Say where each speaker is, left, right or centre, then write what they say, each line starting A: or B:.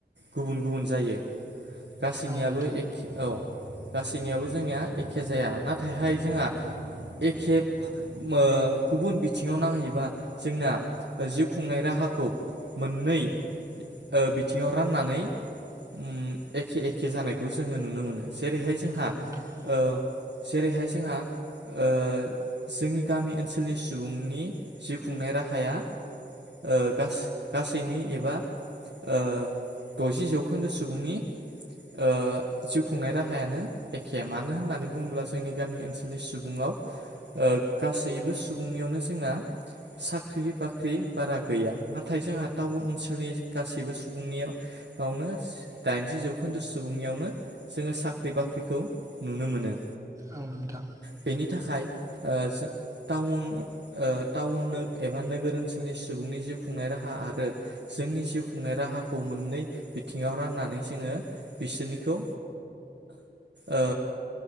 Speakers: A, on the right; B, on the right.
A: गुबुन गुबुन जायो। गासैनियाबो
B: औ नोंथां
A: एखे औ गासैनियाबो जोंनिया एखे जाया नाथायहाय जोंहा एखे ओ गुबुन बिथिङाव नांहैबा जोंना जिउ खुंनाय राहाखौ मोननै ओ बिथिङाव राननानै उम एखे एखे जानायखौ जोङो नुनो मोनो। जेरैहाय जोंहा
B: औ नोंथां
A: ओ जेरैहाय जोंहा ओ जोंनि गामि ओनसोलनि सुबुंनि जिउ खुंनाय राहाया। ओ गासै-गासैनि एबा ओ द'जि जौखोन्दो सुबुंनि ओ जिउ खुंनाय राहायानो एखे मानो होननानै बुङोब्ला जोंनि गामि ओनसोलनि सुबुङाव ओ गासैबो सुबुंनियावनो जोंना साख्रि बाख्रि बारा गैया नाथाय जोंहा टाउन ओनसोलनि गासैबो सुबुंनियावनो दाइनजि जौखोन्दो सुबुंनियावनो जोङो साख्रि बाख्रिखौ नुनो मोनो।
B: औ नोंथां।
A: बेनि थाखाय ओ टाउन ओ थाउन नो एबा नोगोर ओनसोलनि सुबुंनि जिउ खुंनाय राहा आरो जोंनि जिउ खुंनाय राहाखौ मोननै बिथिङाव राननानै जोङो बिसोरनिखौ ओ